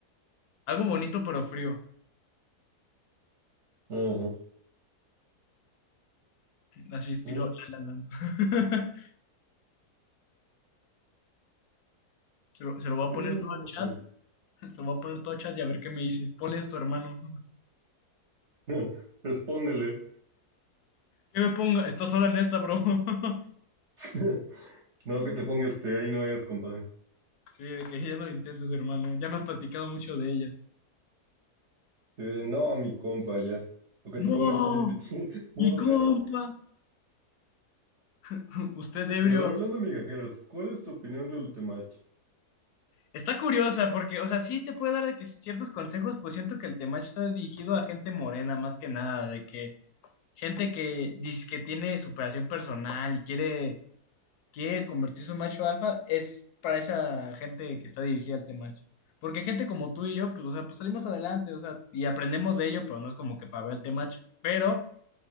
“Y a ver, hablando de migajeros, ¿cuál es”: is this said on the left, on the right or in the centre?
Right